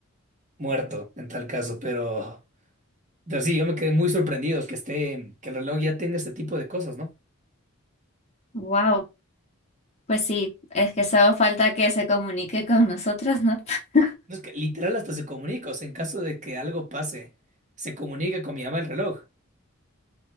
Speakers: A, on the right; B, on the left.
A: muerto en tal caso, pero, pero sí, yo me quedé muy sorprendido que esté, que el reloj ya tenga este tipo de cosas, ¿no?
B: Wow, pues sí, es que solo falta que se comunique con nosotros, ¿no? <laughs>
A: No es que literal hasta se comunica, o sea, en caso de que algo pase, se comunica con mi mamá el reloj.